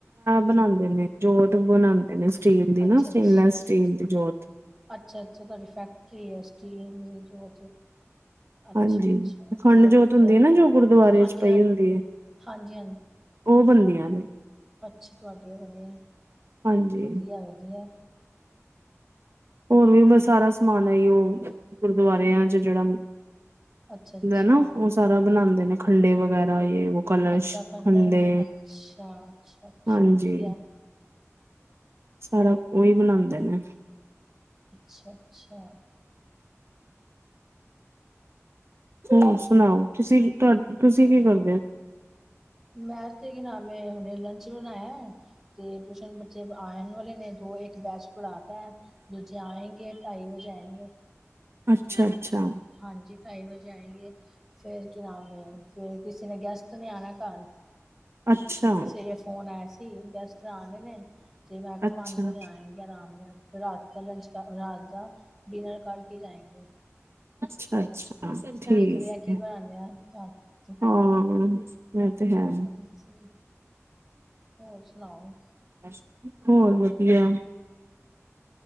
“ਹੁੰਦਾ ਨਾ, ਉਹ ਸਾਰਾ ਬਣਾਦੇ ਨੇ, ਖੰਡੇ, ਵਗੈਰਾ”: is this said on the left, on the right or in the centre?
Right